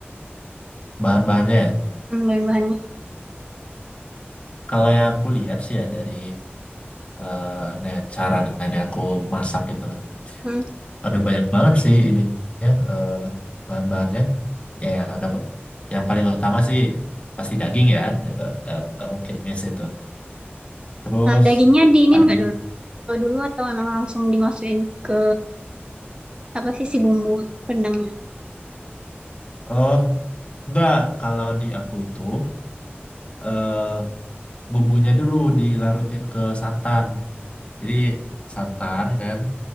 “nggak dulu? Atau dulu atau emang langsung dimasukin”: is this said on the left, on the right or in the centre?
Right